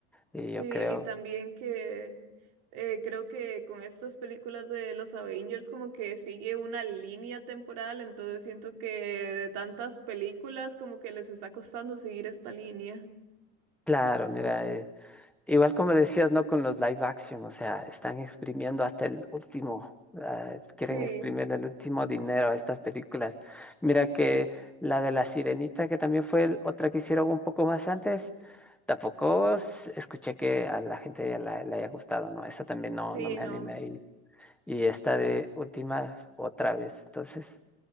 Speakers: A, in the centre; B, on the right.
A: Y
B: Sí,
A: yo creo,
B: y también que eh, creo que con estas películas de los Avengers como que sigue una línea temporal, entonces siento que de tantas películas como que les está costando seguir esta línea.
A: claro, mira. eh, Igual como decías, ¿no? Con los live action, o sea, están exprimiendo hasta el último, ah, quieren
B: Sí,
A: exprimirle el último dinero a estas películas. Mira que la de La Sirenita, que también fue el- otra que hicieron un poco más antes, tampoco s- escuché que a la gente ya la- le haya gustado, ¿no? Esa también no,
B: sí,
A: no me
B: no.
A: animé y, y esta de última otra vez. Entonces,